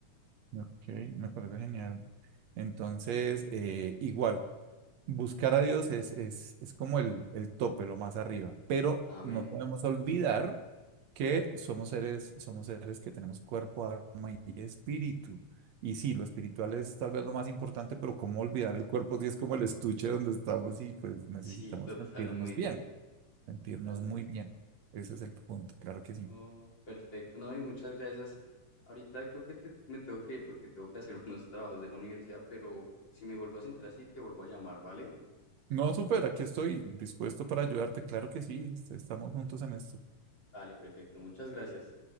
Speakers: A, on the right (about 65°); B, on the left (about 35°).
A: Ok, me parece genial. Entonces, eh, igual. Buscar a Dios es, es, es como el, el tope, lo más arriba, pero
B: Amén.
A: no podemos olvidar que somos seres, somos seres que tenemos cuerpo, alma y espíritu. Y sí, lo espiritual es tal vez lo más importante, pero cómo olvidar el cuerpo si es como el estuche donde estamos y pues necesitamos
B: Sí, totalmente,
A: sentirnos bien, sentirnos
B: totalmente.
A: muy bien. Ese es el punto, claro que sí.
B: Oh, perfecto, no, y muchas gracias. Ahorita creo que te- me tengo que ir porque tengo que hacer <laughs> unos trabajos de la universidad, pero si me vuelvo a sentir así, te vuelvo a llamar, ¿vale?
A: No, súper, aquí estoy dispuesto para ayudarte, claro que sí, est- estamos juntos en esto.
B: Vale, perfecto, muchas gracias.